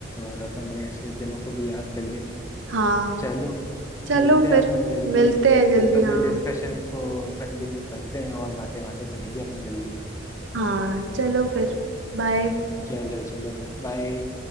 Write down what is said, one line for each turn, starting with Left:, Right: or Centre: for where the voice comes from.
Left: और अपन ने ऐसे दिनों को भी याद कर लिया
Right: हाँ
Left: चलो
Right: चलो
Left: मिलते
Right: फिर
Left: हैं अपन जल्दी
Right: मिलते हैं जल्दी
Left: फिर कभी
Right: हाँ
Left: डिस्कशन को कंटिन्यू करते हैं और बातें बातें करेंगे अपन जल्दी
Right: हाँ चलो फिर बाय
Left: चलो चलो बाय